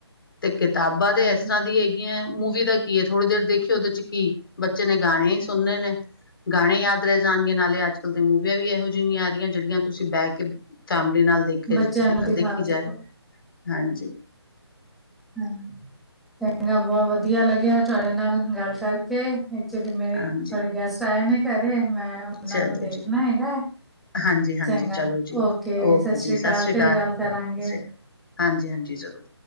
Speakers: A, on the left; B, in the centre.
A: ਤੇ ਕਿਤਾਬਾਂ ਦੇ
B: ਹਾਂਜੀ
A: ਐਸੀ ਹੈ ਗੀਆਂ ਮੂਵੀ ਦਾ ਕੀ ਹੈ? ਥੋੜ੍ਹੀ ਦੇਰ ਦੇਖਿਓ, ਉਹਦੇ ਚ ਕੀ ਬੱਚੇ ਨੇ ਗਾਣੇ ਹੀ ਸੁਣੇ ਨੇ। ਗਾਣੇ ਯਾਦ ਰਹਿ ਜਾਣਗੇ। ਨਾਲੇ ਅੱਜ ਕੱਲ ਤੇ ਮੂਵੀਆਂ ਵੀ ਇਹੋ ਜਿਹੀਆ ਨਹੀਂ ਆ ਰਹੀਆਂ ਜਿਹੜੀਆਂ ਤੁਸੀਂ ਬਹਿ ਕੇ ਫੈਮਿਲੀ ਨਾਲ ਦੇਖੇ
B: ਬੱਚਿਆਂ ਨੂੰ ਦਿਖਾ
A: ਦੇਖੀ
B: ਸਕੋ
A: ਜਾਏ। ਹਾਂਜੀ।
B: ਹ ਚੰਗਾ। ਬਹੁਤ ਵਧੀਆ ਲੱਗਿਆ ਤੁਹਾਡੇ ਨਾਲ ਗੱਲ ਕਰਕੇ। ਐਚੁਲੀ ਮੇਰੇ
A: ਹਾਂਜੀ
B: ਥੋੜੇ ਗੈਸਟ ਆਏ ਨੇ ਘਰੇ। ਮੈਂ ਉਹਨਾਂ
A: ਚਲੋ
B: ਨੂੰ ਦੇਖਣਾ
A: ਜੀ
B: ਹੈਗਾ।
A: ਹਾਂਜੀ ਹਾਂਜੀ
B: ਚੰਗਾ।
A: ਚਲੋ ਜੀ
B: ਓ, ਕੇ
A: ਓਕੇ
B: ਸਤਿ
A: ਜੀ
B: ਸ੍ਰੀ ਅਕਾਲ
A: ਸ਼੍ਰੀ
B: ਫਿਰ ਗੱਲ ਕਰਾਂਗੇ।
A: ਸਤਿ ਸ਼੍ਰੀ ਅਕਾਲ ਹਾਂਜੀ -ਹਾਂਜੀ ਜ਼ਰੂਰ